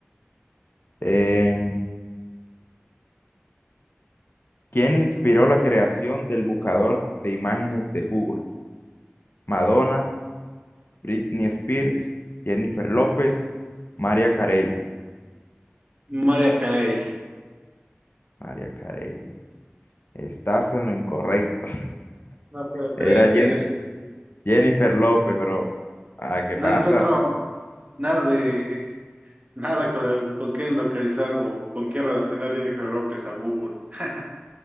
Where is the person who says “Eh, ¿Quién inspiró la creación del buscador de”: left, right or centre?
Left